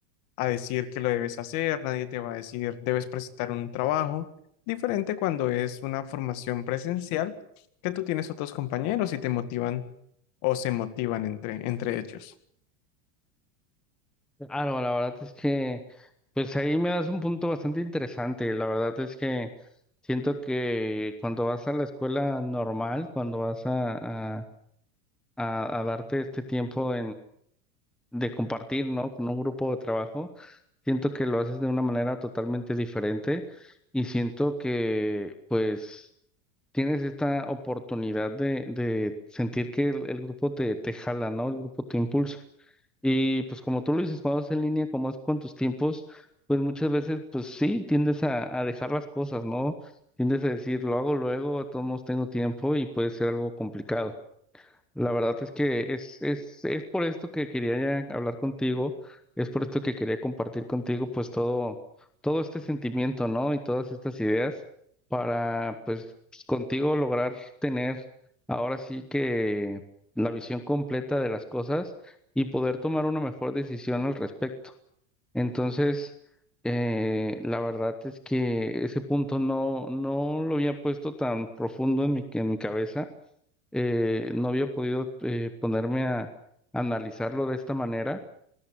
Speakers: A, on the left (about 45°); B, in the centre.
A: a decir que lo debes hacer, nadie te va a decir debes presentar un trabajo, diferente cuando es una formación presencial que tú tienes otros compañeros y te motivan o se motivan entre, entre ellos.
B: Claro, la verdad es que, pues ahí me das un punto bastante interesante. La verdad es que siento que cuando vas a la escuela normal, cuando vas a, a, a a darte este tiempo de compartir, ¿no? Con un grupo de trabajo, siento que lo haces de una manera totalmente diferente y siento que pues tienes esta oportunidad de, de sentir que el, el grupo te, te jala, ¿no? El grupo te impulsa. Y pues como tú lo dices, cuando es en línea, como es con tus tiempos, pues muchas veces pues sí, tiendes a, a dejar las cosas, ¿no? Tiendes a decir, lo hago luego, a todos modos tengo tiempo y puede ser algo complicado. La verdad es que es, es, es por esto que quería ya hablar contigo, es por esto que quería compartir contigo pues todo, todo este sentimiento, ¿no? Y todas estas ideas para pues contigo lograr tener ahora sí que la visión completa de las cosas y poder tomar una mejor decisión al respecto. Entonces, eh, la verdad es que ese punto no, no lo había puesto tan profundo en mi, en mi cabeza eh, no había podido eh, ponerme a analizarlo de esta manera